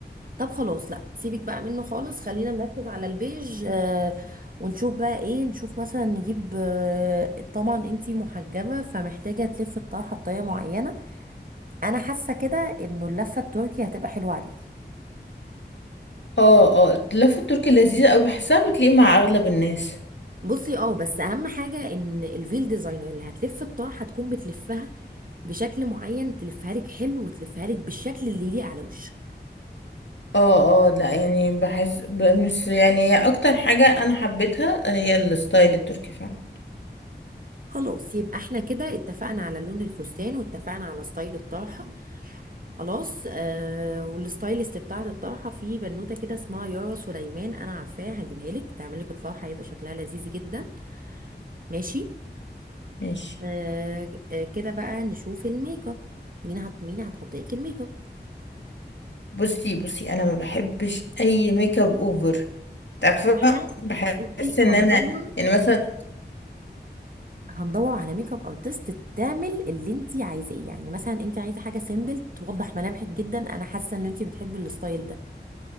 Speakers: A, on the right; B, on the left.
A: طب خلاص لا سيبك بقى منه خالص خلينا نركز على البيج آه، ونشوف بقى ايه نشوف مثلا نجيب آه، طبعا انتي محجبه فمحتاجه تلف الطرحه بطريقه معينه انا حاسه كده انه اللفه التركي هتبقى حلوه عليكي
B: اه اه اللفة التركي لذيذة اوي بحسها بتليق مع اغلب الناس
A: بصي اه بس اهم حاجه ان الفيل ديزاينر اللي هتلف الطرحه هتكون بتلفها بشكل معين تلفها لك حلو وتلفها لك بالشكل اللي يليق على وشك
B: اه اه لا يعني بحس ب- مش يعني هي اكتر حاجة انا حبيتها هي الستايل التركي فعلا
A: خلاص يبقى احنا كده اتفقنا على لون الفستان واتفقنا على ستايل الطرحه خلاص آه والستايلست بتاعه الطرحه في بنوته كده اسمها يارا سليمان انا عارفاها هجيبها لك تعمل لك الطرحه هيبقى شكلها لذيذ جدا ماشي
B: ماشي
A: آه آه، كده بقى نشوف الميك اب مين هت مين هتحط لك الميك اب
B: بصي بصي انا ما بحبش اي ميك اب اوفر تعرفة
A: واحنا
B: بحس
A: بصي
B: ان
A: هندور
B: انا يعني مثلا
A: هندور على ميك اب ارتست تعمل اللي انت عايزاه يعني مثلا انت عايزه حاجه سيمبل توضح ملامحك جدا انا حاسه ان انت بتحبي الستايل ده